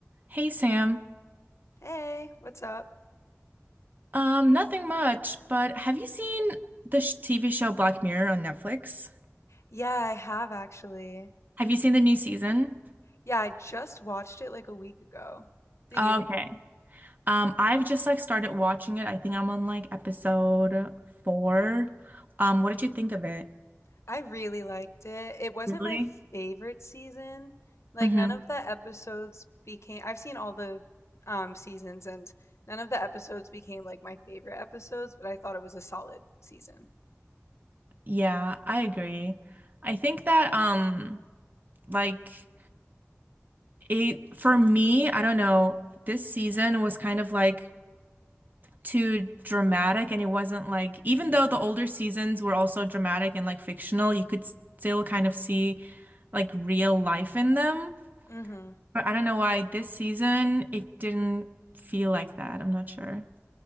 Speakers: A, on the right; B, on the left.
A: Hey Sam.
B: Hey, what's up?
A: Um, nothing much, but have you seen the sh TV show Black Mirror on Netflix?
B: Yeah, I have actually.
A: Have you seen the new season?
B: Yeah, I just watched it like a week ago. Did
A: Okay.
B: you?
A: Um, I've just like started watching it. I think I'm on like episode four. Um, what did you think of it?
B: I really liked it. It wasn't
A: Really?
B: my favorite season. Like
A: Mm-hmm.
B: none of the episodes became I've seen all the um seasons and none of the episodes became like my favorite episodes, but I thought it was a solid season.
A: Yeah, I agree. I think that um like it for me, I don't know, this season was kind of like too dramatic and it wasn't like even though the older seasons were also dramatic and like fictional, you could still kind of see like real life in them.
B: Mm-hmm.
A: But I don't know why this season it didn't feel like that. I'm not sure.